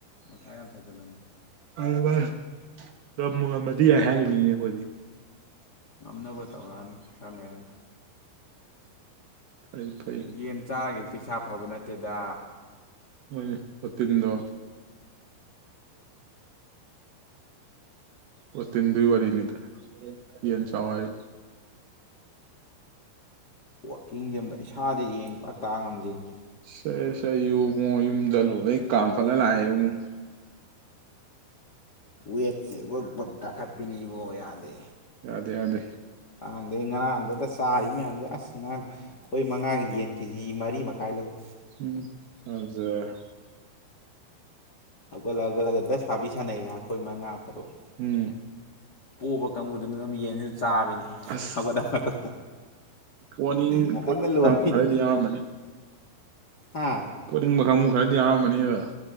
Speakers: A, on the left; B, on the right.
A: ꯃꯊꯥ ꯌꯥꯝ ꯁꯥꯖꯤꯜꯂꯅꯨ꯫
B: <unintelligible> ꯉꯝꯕꯨ ꯉꯝꯃꯗꯤ ꯌꯥꯏ ꯍꯥꯏꯔꯤꯃꯤꯅꯦ ꯑꯈꯣꯏꯗꯤ꯫
A: ꯉꯝꯅꯕ ꯇꯧꯔꯛꯑꯅꯤ ꯈꯔ ꯂꯩꯔꯒ꯫
B: ꯐꯩ ꯐꯩ
A: ꯌꯦꯟ ꯆꯥꯔꯒꯦ꯫ ꯏꯁꯥ ꯐꯕ ꯅꯠꯇꯦꯗꯥ꯫
B: ꯍꯣꯏꯅꯦ ꯄꯣꯇꯤꯟꯗꯣ ꯄ꯭ꯔꯣꯇꯤꯗꯨꯏ ꯋꯥꯔꯤꯅꯤꯗ ꯌꯦꯟ ꯆꯥꯎ ꯍꯥꯏꯔꯤ꯫
A: ꯋꯥꯛꯀꯤꯡ ꯆꯦꯟꯕꯗ ꯏꯁꯥꯥꯁꯦ ꯏꯌꯦꯡ ꯄꯥꯛ ꯇꯥ ꯉꯝꯗꯦꯅꯦ꯫
B: <unintelligible> ꯌꯨꯉꯨ ꯌꯨꯝꯗ ꯂꯣꯏꯅ ꯀꯥꯝꯈꯠꯂ ꯂꯥꯛꯑꯦ ꯑꯃꯨꯨꯛ꯫
A: ꯋꯦꯠꯁꯦ ꯕꯛ ꯕꯛ ꯇꯥꯈꯠꯄꯤꯅꯤ ꯏꯕꯣ ꯌꯥꯗꯦ꯫
B: ꯌꯥꯗꯦ ꯌꯥꯗꯦ
A: ꯑꯥꯗꯩ ꯉꯔꯥꯡꯗꯨꯗ ꯆꯥꯔꯤꯕ ꯃꯌꯥꯝꯁꯦ ꯑꯁ ꯉꯔꯥꯡ ꯑꯩꯈꯣꯏ ꯃꯉꯥꯒꯤ ꯌꯦꯟ ꯀꯦꯖꯤ ꯃꯔꯤ ꯃꯈꯥꯏ ꯂꯧꯏ꯫
B: ꯎꯝ ꯐꯖꯔꯦ
A: ꯍꯧꯒꯠꯂꯍꯧꯒꯠꯂꯒ ꯗꯁ ꯐꯥꯕꯤ ꯁꯥꯟꯅꯩꯌꯦ ꯑꯩꯈꯣꯏ ꯃꯉꯥ ꯇꯔꯨꯛ꯫
B: ꯎꯝ
A: ꯄꯣꯕ ꯀꯥꯡꯕꯨꯗꯨꯅ ꯑꯗꯨꯝ ꯌꯦꯟꯅꯤ ꯆꯥꯕꯤꯅꯤ
B: ꯑꯁ
A: ꯍꯧꯒꯠꯒꯠꯇ
B: ꯄꯣꯅꯤꯡ
A: ꯉꯥꯛꯇꯪꯗ
B: ꯄꯣꯅꯤꯡꯕ
A: ꯂꯣꯏꯔꯤꯅꯤ
B: ꯀꯥꯡꯕꯨ ꯈꯔꯗꯤ ꯌꯥꯎꯔꯝꯃꯅꯤ
A: ꯍꯥ
B: ꯄꯣꯅꯤꯡꯕ ꯀꯥꯡꯒꯨ ꯈꯔꯗꯤ ꯌꯥꯎꯔꯝꯂꯅꯤ <unintelligible>